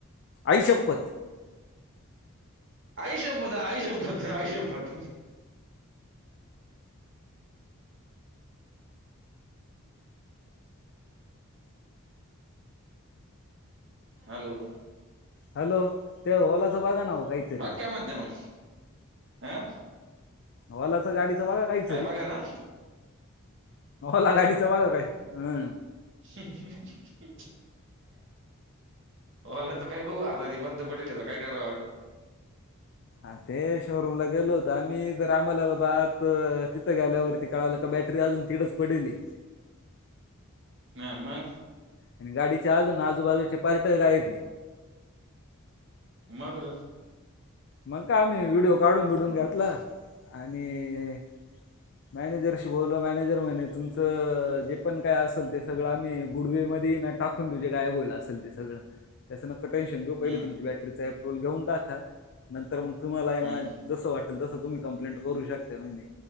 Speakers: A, on the left (about 50°); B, on the right (about 55°).
A: आई श्यपत
B: ऐश एपत यष एपत यष एपत हॅलो
A: हॅलो ते ओलाचं बघा ना हो काहीतरी
B: बाघ का म्हणते म्हन हं
A: हवालाचं गाडीचं बघा काहीच
B: काय बघा ना
A: ला गाडीचं बघ काय हम्म
B: <inaudible> होला तर काय बघू आता ती बंद पडेल तर काय करावं
A: ह ते शोरूम ला गेलो होत आम्ही जर आम्हाला बाबा आत तिथं गेल्यावरती कळाला बॅटरी अजून तीडच पडेली
B: हा मग
A: आणि गाडीच्या आजून ना आजूबाजूचे पार्ट काय त
B: मगर
A: मग का आम्ही व्हडिओ काढून बिडून
B: हम्म
A: घेतला आणि मॅनेजरशी बोल मॅनेजर म्हणे तुमचं जे पण काय असेल ते सगळं आ् गुडवे म टकूने गयबला असेल ते सगळ त्याचं न टेनशन घेऊ पहिलं
B: हम्म
A: तुम पल घेऊन टाका नंतर मग तुम्हालाना
B: हम्म
A: जस वाट तस तुम्ही कं्प्लेट करू शकते म